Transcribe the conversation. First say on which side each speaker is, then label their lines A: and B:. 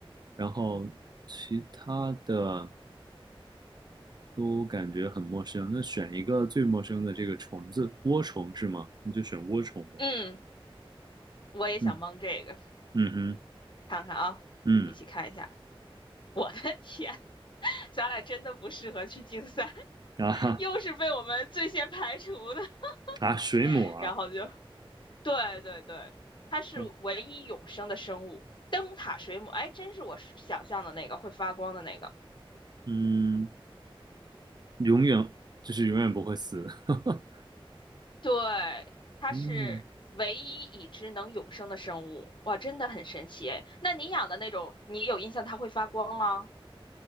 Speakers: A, on the right; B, on the left.
A: 然后其他的都感觉很陌生。那选一个最陌生的这个虫子，涡虫是吗？你就选涡虫吧。
B: 嗯，我也想蒙这个，
A: 嗯嗯哼
B: 看看啊，
A: 嗯
B: 一起看一下。我的天，<laughs> 咱俩真的不适合去竞赛，<laughs>
A: 啊哈
B: 又是被我们最先排除的，
A: 啊，水母啊，
B: <laughs> 然后就对对对，它是唯一永生的生物。
A: 哦
B: 灯塔水母，哎，真是我是想象的那个会发光的那个。
A: 嗯，永远就是永远不会死。<laughs>
B: 对，它是唯一已知能永生的生物，
A: 嗯
B: 哇，真的很神奇诶。那你养的那种，你有印象它会发光吗？